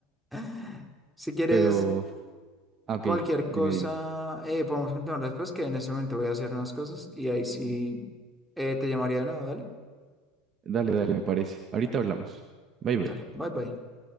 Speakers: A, in the centre; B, on the right.
A: <laughs> si quieres
B: pero... ah, ok,
A: cualquier
B: dime,
A: cosa,
B: dime.
A: eh, podemos continuar después que en ese momento voy a hacer unas cosas y ahí sí eh, te llamaría de nuevo. Dale,
B: Dale, dale, me parece. Ahorita hablamos. Bye, bye.
A: dale, bye bye.